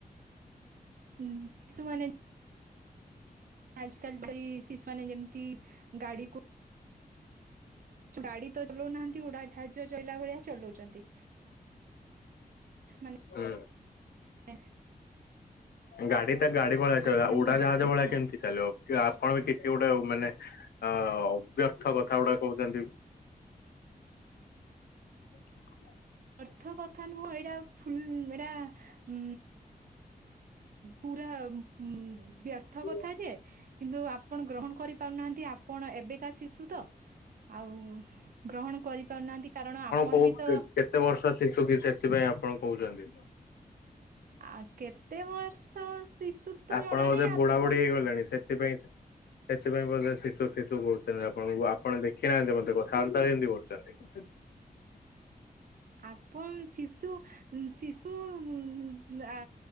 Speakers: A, on the right; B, on the left.
A: ଉଁ ଶିଶୁ ମାନେ। ଆଜ କାଲି ଶିଶୁମାନେ ଯେମିତି ଗାଡି କୁ। ଗାଡି ତ ଚଲଉନାହାନ୍ତି ଉଡାଜାହାଜ। ଥାଜୋର ଚଳିଲା ଭଳିଆ ଚଲଉଛନ୍ତି ମାନେ।
B: ହୁଁ।
A: ଏ ଏ।
B: ଗାଡି ଟା ଗାଡି ଭଳିଆ
A: ଆପଣ
B: ଉଡା ଜାହାଜ
A: ଗାଡିକୁ
B: ଭଳିଆ କେମିତି ଚାଲିବ ଆପଣ ବି କି। ସେ ଗୋଟେ ମାନେ ଅ ଅବ୍ୟର୍ଥ କଥା ଗୁଟା କହୁଛନ୍ତି। <unintelligible>
A: ବ୍ୟର୍ଥ କଥା ନୁହଁ ଏଇଟା ଫୁଲ୍ ଏଇଟା ଉ। ପୁରା ଉ ବ୍ୟର୍ଥ। ବ୍ୟର୍ଥ
B: ହଁ
A: କଥା ଯେ କିନ୍ତୁ ଆପଣ ଗ୍ରହଣ କରିପାରୁନାହାନ୍ତି ଆପଣ ଏବେକା ଶିଶୁ ତ। ଆଉ ଗ୍ରହଣ କରିପାରୁନାହାନ୍ତି କାରଣ ଆପଣ
B: କୋଉ
A: ବି ତ।
B: କେ- କେତେ ବର୍ଷର ଶିଶୁ କି ସେଥିପାଇଁ ଆପଣ କହୁଛନ୍ତି।
A: ଆ କେତେ ବର୍ଷ ଶିଶୁ। ତ
B: ଆପଣ
A: ଜଣା
B: ବୋଧେ
A: ନାହିଁ
B: ବୁଢା
A: ଆପଣ
B: ବୁଢୀ ହେଇଗଲେଣି ସେଥିପାଇଁ ସେ। ସେଥିପାଇଁ ବୋଧେ ଶିଶୁ ଶିଶୁ କହୁଛନ୍ତି ଆପଣଙ୍କୁ ଆପଣ ଦେଖିନାହାନ୍ତି ମୋତେ କଥାବାର୍ତ୍ତା କେମନ୍ତି କରୁଛନ୍ତି।
A: ଆପଣ ଶିଶୁ। ଶିଶୁ ଉଁ ଉଁ ଆ